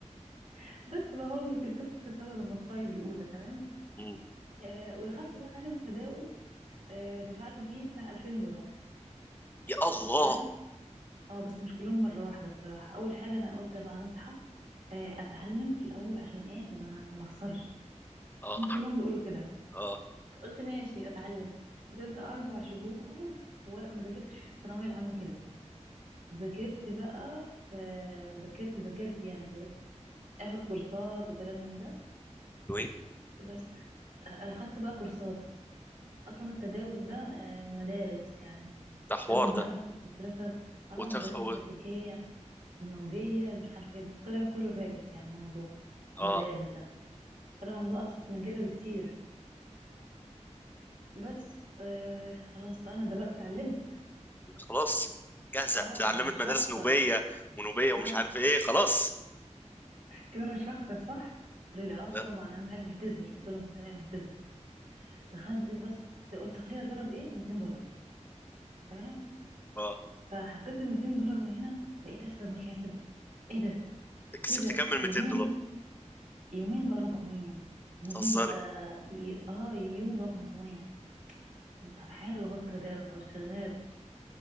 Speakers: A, on the right (about 80°); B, on the left (about 15°).
A: <laughs> بس بقى هو التيك توك سبب المصايب الاولى تمام
B: مم.
A: آه ودخلت بقى عالم التداول آه دفعت فيه بتاع 2000 دولار
B: يا الله
A: تمام اه بس مش كلهم مرة واحدة بصراحة أول حاجة أنا قلت بقى أنا أصحى آه، أتعلم في الأول عشان إيه ما ما أخسرش
B: اه
A: هما كلهم بيقولوا كده
B: اه
A: قلت ماشي أتعلم فضلت أربع شهور ولا ما ذاكرتش في الثانوية العامة كده ذاكرت بقى في ذاكرت ذاكرت يعني بقيت أخد كورسات وكلام من ده
B: وين
A: بس آه، أخدت بقى كورسات أصلا التداول ده آه، مدارس يعني
B: ده حوار
A: بتاخد بقى
B: ده
A: المدرسة اه
B: وتخ
A: مدرسة
B: و-
A: كلاسيكية الموجية مش عارفة ايه طلع كله فاكس يعني الموضوع في
B: اه
A: المدارس ده طلع الموضوع أبسط من كده بكتير بس آه خلاص بقى أنا دلوقتي اتعلمت
B: خلاص جاهزه
A: اه
B: اتعلمت
A: مش
B: مدارس
A: هخسر
B: نوبيه ونوبيه ومش
A: اه
B: عارف ايه خلاص
A: كده أنا مش هخسر صح قالوا لي اه
B: اه
A: طبعا أهم حاجة تلتزمي قلت لهم تمام هلتزم دخلت بس قلت خليني أجرب ايه 200 دولار تمام
B: آه.
A: فحطيت ال 200 دولار وهنا بقيت أكسب مكاسب ايه ده
B: كسبت
A: ايه ده
B: كام من
A: يومين
B: 200 دولار
A: يومين بقى 400 يومين
B: بتهزري
A: بقى ي... اه يوم بقى 500 طب طب حلو اهو التداول شغال